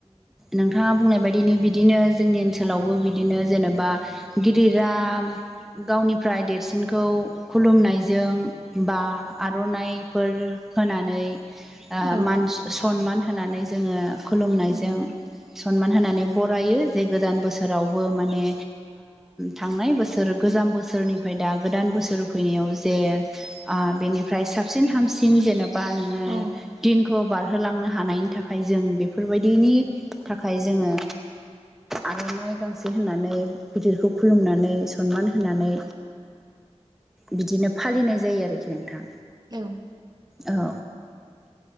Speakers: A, in the centre; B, on the right (about 35°).
A: नोंथाङा बुंनाय बायदिनि बिदिनो जोंनि ओनसोलावबो बिदिनो जेनेबा गिदिरा गावनिफ्राय देरसिनखौ खुलुमनायजों बा आर'नाइफोर होनानै
B: औ।
A: मान सनमान होनानै जोङो खुलुमनायजों
B: उम
A: सनमान होनानै बरायो जे गोदान बोसोरावबो माने थांनाय बोसोर गोजाम बोसोरनिफ्राय दा गोदान बोसोर फैनायाव जे बेनिफ्राय साबसिन हामसिन जेनेबा नोङो
B: औ
A: दिनखौ बार होलांनो हानायनि थाखाय जों बेफोरबायदिनि थाखाय जोङो आर'नाइ गांसे होनानै गिदिरखौ खुलुमनानै सनमान होनानै बिदिनो फालिनाय जायो आरोखि नोंथां
B: औ।
A: औ